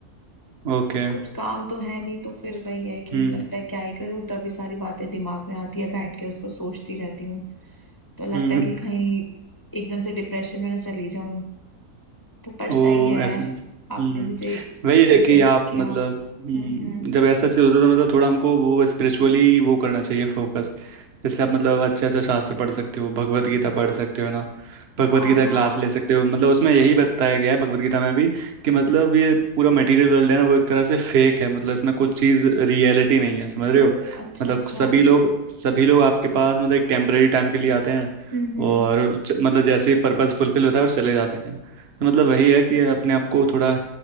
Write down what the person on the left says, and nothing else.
कुछ काम तो है नहीं तो फिर वही है कि
लगता है क्या ही करूँ तभी सारी बातें दिमाग में आती है बैठ के उसको सोचती रहती हूँ तो लगता
है कि कहीं एकदम से डिप्रेशन में ना चली जाऊं तो पर सही
है
आपने मुझे सजेस्ट
किया
हम्म
हम्म
हाँ
हाँ
ओ अच्छा
अच्छा
हम्म
हम्म